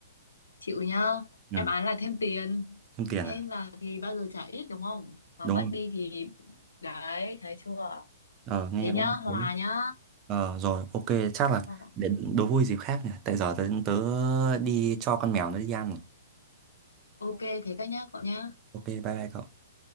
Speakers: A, on the left; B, on the right.
A: chịu nhá
B: ừ.
A: đáp án là thêm tiền
B: thêm tiền
A: thêm
B: à
A: vào thì bao giờ trả ít đúng không mà
B: đúng
A: mất
B: không
A: đi thì đấy thấy chưa
B: ờ nghe
A: thế nhá
B: cũng hay
A: hòa
B: đấy
A: nhá
B: ờ rồi ok chắc là
A: Ờ,
B: để đố vui dịp khác nhỉ tại giờ tớ, tớ đi cho con mèo nó đi ăn rồi
A: ok thế các nhá cậu nhá
B: ok bye bye cậu